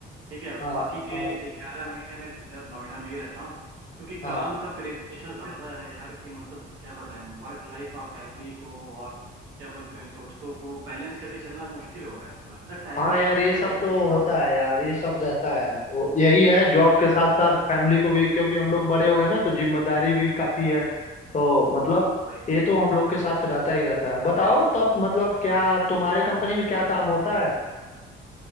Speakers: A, on the right; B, on the left.
A: ठीक है
B: हाँ
A: बाकी के
B: हाँ
A: ग्यारह महीने में इधर नोएडा में ही रहता हूँ क्योंकि
B: हाँ
A: काम का प्रेशर ज्यादा है यार कि मतलब क्या बताएं वर्क लाइफ और फैमिली को और क्या बोलते हैं दोस्तों को बैलेंस करके चलना मुश्किल हो रहा है थोड़ा मतलब टाइम
B: हाँ
A: ही नहीं
B: यार
A: मिलता
B: ये सब
A: है इतना
B: तो होता
A: है
B: है यार ये सब रहता है वो यही है जॉब के
A: हाँ
B: साथ साथ फैमिली को भी क्योंकि हम लोग बड़े हो गए ना तो जिम्मेदारी भी काफी है तो मतलब
A: वही
B: ये तो हम लोग के साथ रहता ही रहता है बताओ तब मतलब क्या तुम्हारे कंपनी में क्या काम होता है